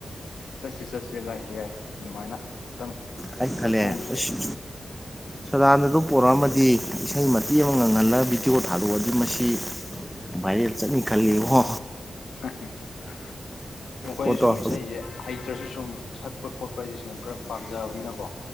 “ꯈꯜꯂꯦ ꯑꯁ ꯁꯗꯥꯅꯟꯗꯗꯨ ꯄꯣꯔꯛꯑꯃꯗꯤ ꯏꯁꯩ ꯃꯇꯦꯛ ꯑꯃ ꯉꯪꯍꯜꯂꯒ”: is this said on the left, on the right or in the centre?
Centre